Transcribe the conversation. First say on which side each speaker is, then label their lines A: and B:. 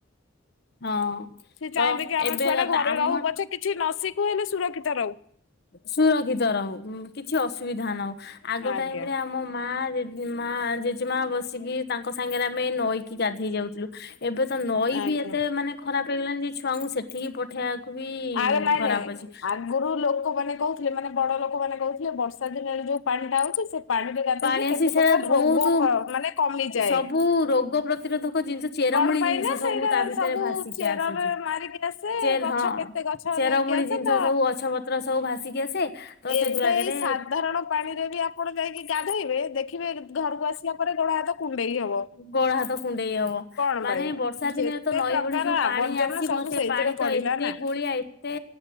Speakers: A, on the left (about 55°); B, on the left (about 80°).
A: ହଁ,
B: ସେ ଚାହିଁବେ
A: ତ
B: କି ଆମ
A: ଏବେ
B: ଛୁଆ
A: କଥା
B: ଟା ଘରେ
A: ଆମ
B: ରହୁ ପଛେ କିଛି ନ ଶିଖୁ ହେଲେ ସୁରକ୍ଷିତ ରହୁ।
A: ସୁରକ୍ଷିତ ରହୁ। କିଛି ଅସୁବିଧା ନହଉ। ଆଗ
B: ଆଜ୍ଞା
A: ଟାଇମ ରେ ଆମ ମା-ମା ଜେଜେମା ବସିକି ତାଙ୍କ ସାଙ୍ଗରେ ଆମେ ନଈକି ଗାଧେଇ ଯାଉଥିଲୁ। ଏବେ ତ ନଈ
B: ଆଜ୍ଞା
A: ବି ଏତେ ମାନେ ଖରାପ ହେଇଗଲାଣି ଯେ ଛୁଆଙ୍କୁ ସେଠିକି ପଠେଇବା କୁ ବି
B: ଆରେ ନାଇଁ
A: ଖରାପ
B: ନାଇଁ।
A: ଅଛି
B: ଆଗରୁ ଲୋକମାନେ କହୁଥିଲେ ମାନେ ବଡ ଲୋକ ମାନେ କହୁଥିଲେ ବର୍ଷା ଦିନରେ ଯୋଉ ପାଣି ଟା ଆଉଛି ସେ ପାଣିରେ ଗାଧେଇଲେ
A: ପାଣି ଆସି
B: କେତେ
A: ସେଟା
B: ପ୍ରକାର
A: ବହୁତ
B: ରୋଗ ମାନେ କମିଯାଏ।
A: ସବୁ ରୋଗ ପ୍ରତିରୋଧକ ଜିନିଷ ଚେରମୂଳି
B: କଣ ପାଇଁ
A: ଜିନିଷ
B: ନା
A: ସବୁ
B: ସେଇଟା
A: ତା ଭିତରେ
B: ସବୁ
A: ଭାସିକି
B: ଚେରରେ
A: ଆସୁଛି
B: ମାରିକି ଆସେ
A: ଚେର ହଁ,
B: ଗଛ କେତେ ଗଛ
A: ଚେରମୁଳି
B: ନେଇକି ଆସେ
A: ଜିନିଷ
B: ତ
A: ସବୁ ଗଛ ପତ୍ର ସବୁ ଭାସିକି ଆସେ ତ
B: ଏବେ
A: ସେଗୁରାଗରେ
B: ଏଇ ସାଧାରଣ ପାଣିରେ ବି ଆପଣ ଯାଇକି ଗାଧେଇବେ ଦେଖିବେ ଘରକୁ ଆସିବା ପରେ ଗୋଡା ହାତ କୁଣ୍ଡେଇ ହବ।
A: ଗୋଡ଼ ହାତ କୁଣ୍ଡେଇ ହବ।
B: କଣ
A: ମାନେ
B: ପାଇଁ?
A: ବର୍ଷା ଦିନରେ
B: ଯେତେ
A: ତ ନଈ
B: ପ୍ରକାର
A: ବଢ଼ି ଯୋଉ ପାଣି
B: ଆବର୍ଜନା
A: ଆସିବ
B: ସବୁ
A: ସେ
B: ସେଇଥିରେ
A: ପାଣି ତ
B: ପଡିଲା
A: ଏତେ
B: ନା
A: ଗୋଳିଆ। ଏତେ